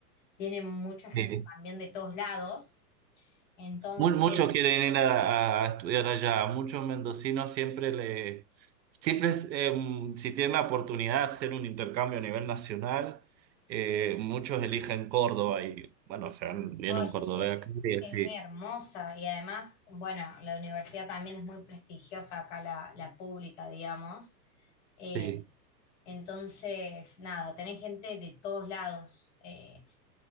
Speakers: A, on the left; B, on the right.
A: Viene mucha
B: Sí.
A: gente también de todos lados. Entonces,
B: Mu- Muchos quieren ir a, a estudiar allá. A muchos mendocinos siempre le, siempre em, si tienen la oportunidad de hacer un intercambio a nivel nacional, eh, muchos eligen Córdoba y bueno, se van- viene
A: oh,
B: un
A: es
B: cordobés
A: que
B: acá y
A: es
B: sí,
A: hermosa y además, bueno, la universidad también es muy prestigiosa acá, la, la pública, digamos. Eh,
B: sí.
A: Entonces, nada, tenés gente de todos lados. eh,